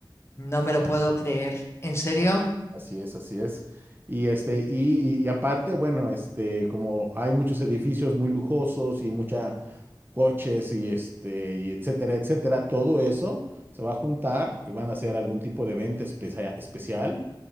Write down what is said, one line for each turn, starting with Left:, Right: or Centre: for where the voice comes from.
Left: No me lo puedo creer. ¿En serio?
Right: Así es, así es. Y este, y, y- y aparte, bueno, este, como hay muchos edificios muy lujosos y mucha coches y este, y etcétera, etcétera, todo eso se va a juntar y van a hacer algún tipo de evento especia- especial